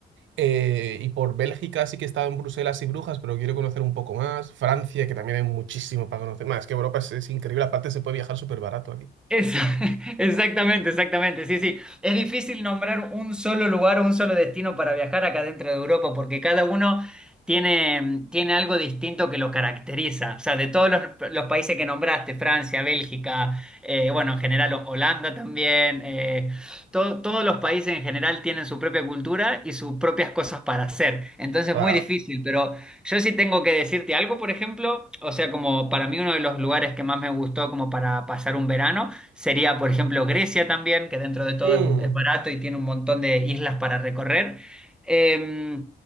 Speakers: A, on the right (about 70°); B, in the centre.
A: eh, y por Bélgica sí que he estado en Bruselas y Brujas, pero quiero conocer un poco más. Francia, que también hay muchísimo para conocer. Más, es que Europa es, es increíble, aparte se puede viajar súper barato aquí.
B: Esa- <laughs> exactamente, exactamente. Sí, sí. Es difícil nombrar un solo lugar o un solo destino para viajar acá dentro de Europa, porque cada uno tiene, tiene algo distinto que lo caracteriza. O sea, de todos los, los países que nombraste, Francia, Bélgica, eh, bueno, en general Ho- Holanda también, eh, to- todos los países en general tienen su propia cultura y sus propias cosas para hacer. Entonces,
A: Claro.
B: es muy difícil, pero... Yo sí tengo que decirte algo, por ejemplo, o sea, como para mí uno de los lugares que más me gustó como para pasar un verano Sería, por ejemplo, Grecia también, que dentro de todo
A: Mm,
B: es, es barato y tiene un montón de islas para recorrer. Eh,